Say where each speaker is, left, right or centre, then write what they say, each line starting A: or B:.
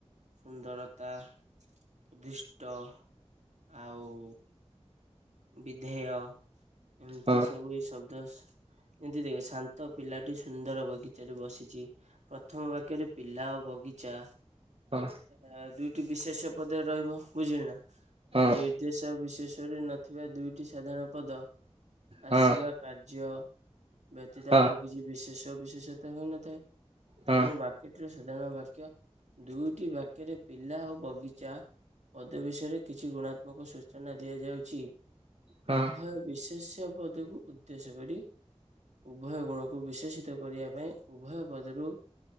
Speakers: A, on the right; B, on the right.
A: ସୁନ୍ଦରତା ଉଦ୍ଦିଷ୍ଟ। ଆଉ ବିଧେୟ। ଏମିତି
B: ହଁ
A: ସବୁ ଏଇ ସବ ଯେମିତି ଦେଖ ଶାନ୍ତ ପିଲାଟି ସୁନ୍ଦର ବଗିଚାରେ ବସିଛି। ପ୍ରଥମ ବାକ୍ୟରେ ପିଲା ଓ ବଗିଚା
B: ହଁ
A: ଆ ଦୁଇ ବିଶେଷ୍ୟ ପଦରେ ରହିବ ବୁଝିଲୁ ନା।
B: ହଁ
A: ନିର୍ଦ୍ଦେଶ ବିଶେଷ୍ <unintelligible> ଥିବା ଦୁଇଟି ସାଧାରଣ ପଦ ଆସିବା
B: ହଁ
A: କାର୍ଯ୍ୟ। ବ୍ୟତୀତ
B: ହଁ
A: ଆଉ କିଛି ବିଶେଷ ଚବିଶେଷତ ହୋଇଉନଥାଏ।
B: ହଁ
A: ତେଣୁ ବାକ୍ୟ ଟିର <unintelligible> ଦୁଇଟି ବ୍ୟକ୍ତି ପିଲା ଓ ବଗିଚା ପଦ ବିଷୟରେ କିଛି ଗୁଣାତ୍ମକ ସୂଚନା ଦିଆଯାଉଛି।
B: ହଁ
A: ଉଭୟ ବିଶେଷ ଉ ପଦକୁ ଉଦ୍ଦେଶ୍ୟ କରି ଉଭୟ ଗୁଣକୁ ବିଶେଷିତ କରିବା ପାଇଁ। ଉଭୟ ପଦରୁ